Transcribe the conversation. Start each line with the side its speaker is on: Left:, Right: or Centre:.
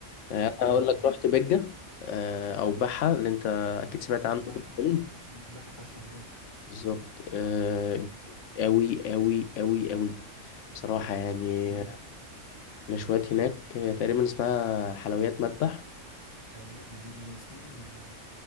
Left: آه،
Right: اه ايوه
Left: انا هقول لك
Right: ايوه
Left: رحت بجه آه، او بحه اللي انت اكيد سمعت
Right: ايوه
Left: عنه
Right: بحة
Left: في الفيلم
Right: بحة بتاع شبراوي
Left: بالظبط آه،
Right: اه
Left: أوي أوي أوي أوي بصراحة يعني
Right: مم.
Left: المشويات هناك هي تقريبا اسمها حلويات مذبح
Right: حلويات دي, دي اللي اسمه ده ده اللي